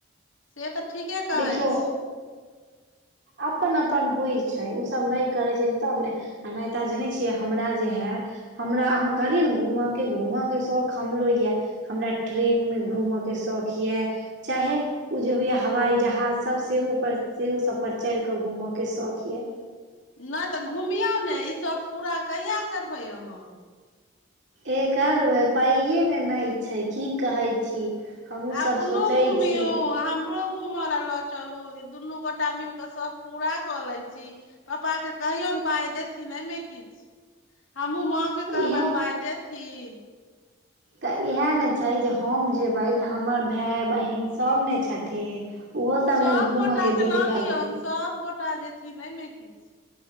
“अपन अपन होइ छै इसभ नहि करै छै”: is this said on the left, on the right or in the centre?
Right